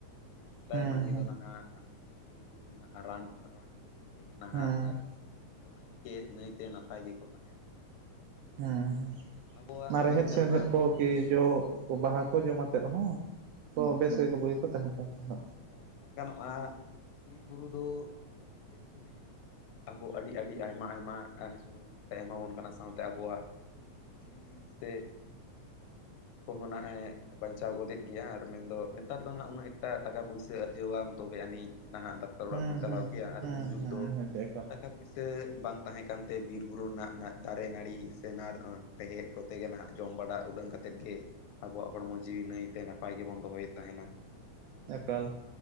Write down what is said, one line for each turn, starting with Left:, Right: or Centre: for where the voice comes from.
Left: ᱦᱮᱸ ᱥᱮᱫᱟᱭ
Right: ᱦᱩᱸ
Left: ᱢᱟᱹᱱᱢᱤ
Right: ᱦᱩᱸ
Left: ᱫᱚ ᱱᱟᱦᱟᱜ ᱚᱱᱟ ᱵᱤᱨ-ᱵᱩᱨᱩ ᱨᱮᱱᱟᱜ ᱨᱟᱱ ᱨᱟᱱ ᱢᱩᱨᱜᱟᱹᱱ ᱛᱮᱜᱮ ᱱᱟᱦᱟᱜ
Right: ᱦᱩᱸ
Left: ᱮ ᱱᱟᱹᱭᱛᱮ, ᱱᱟᱹᱭᱛᱮ ᱱᱟᱯᱟᱭ ᱜᱮᱠᱚ ᱛᱟᱦᱮᱸ ᱞᱮᱱᱟ᱾
Right: ᱦᱮᱸ ᱦᱮᱸ
Left: ᱟᱵᱚᱣᱟᱜ
Right: ᱢᱟ
Left: ᱢᱮᱱ
Right: ᱨᱮᱦᱮᱫ
Left: ᱜᱟᱱᱚᱜᱼᱟ
Right: <unintelligible> ᱠᱚ ᱠᱤ ᱡᱚ ᱵᱟᱦᱟ ᱠᱚ ᱡᱚᱢ ᱟᱛᱮᱫ ᱦᱚᱸ ᱛᱚ
Left: ᱦᱮᱸ
Right: ᱵᱮᱥ ᱜᱮᱠᱚ ᱵᱩᱜᱤ ᱠᱚ ᱛᱟᱦᱮᱱ ᱠᱟᱱ ᱛᱟᱦᱮᱱᱚᱜ᱾
Left: ᱦᱮᱸ ᱢᱮᱱ ᱜᱟᱱᱚᱜᱼᱟ ᱵᱤᱨ-ᱵᱩᱨᱩ ᱫᱚ ᱮᱠ ᱮᱠᱪᱩᱭᱮᱞᱤ ᱟᱵᱚ ᱟᱹᱰᱤ ᱟᱹᱰᱤ ᱟᱭᱢᱟ ᱟᱭᱢᱟ ᱥᱚᱦ ᱥᱚᱦᱚᱡᱳᱜᱤᱛᱟᱭ ᱮᱢᱟᱵᱚᱱ ᱠᱟᱱᱟ ᱥᱟᱶᱛᱮ ᱟᱵᱚᱣᱟᱜ ᱡᱤᱣᱤ ᱥᱮ ᱠᱚᱦᱚᱸᱱᱟᱜᱼᱮ ᱵᱟᱧᱪᱟᱣ ᱜᱚᱫᱮᱫ ᱜᱮᱭᱟ ᱟᱨ ᱢᱮᱱᱫᱚ ᱱᱮᱛᱟᱨ ᱫᱚ ᱱᱟᱦᱟᱸᱜ ᱩᱱᱟᱹᱜ ᱮᱴᱟ ᱴᱟᱠᱟ ᱯᱩᱭᱥᱟᱹ ᱟᱨᱡᱟᱹᱣᱟᱢ ᱛᱚᱵᱮ ᱟᱹᱱᱤᱡ ᱱᱟᱦᱟᱸᱜ ᱫᱟ ᱠᱟ ᱚᱲᱟᱜ
Right: ᱦᱩᱸ
Left: ᱵᱚᱱ ᱪᱟᱞᱟᱣ
Right: ᱦᱩᱸ
Left: ᱠᱮᱭᱟ ᱟᱨ
Right: ᱦᱩᱸ
Left: ᱩᱱ ᱡᱩᱜᱽ
Right: ᱦᱩᱸ
Left: ᱫᱚ
Right: ᱱᱤᱦᱟᱹᱛᱤ ᱮᱠᱟᱞ
Left: ᱴᱟᱠᱟ ᱯᱩᱭᱥᱟᱹ ᱵᱟᱝ ᱛᱟᱦᱮᱸ ᱠᱟᱱᱛᱮ ᱵᱤᱨ-ᱵᱩᱨᱩ ᱨᱮᱱᱟᱜ ᱫᱟᱨᱮ ᱱᱟᱹᱲᱤ ᱥᱮ ᱱᱟᱨ ᱨᱮᱦᱮᱫ ᱠᱚ ᱛᱮᱜᱮ ᱱᱟᱦᱟᱸᱜ ᱡᱚᱢ ᱵᱟᱲᱟ ᱩᱰᱟᱹᱝ ᱠᱟ ᱠᱟᱛᱮᱫ ᱜᱮ ᱟᱵᱚᱣᱟᱜ ᱦᱚᱲᱢᱚ ᱡᱤᱣᱤ ᱱᱟᱹᱭᱛᱮ ᱱᱟ ᱯᱟᱭ ᱜᱮ ᱵᱚᱱᱫᱚᱚᱭᱮᱫ ᱛᱟᱦᱮ-ᱱᱟ᱾
Right: ᱮᱠᱟᱞ᱾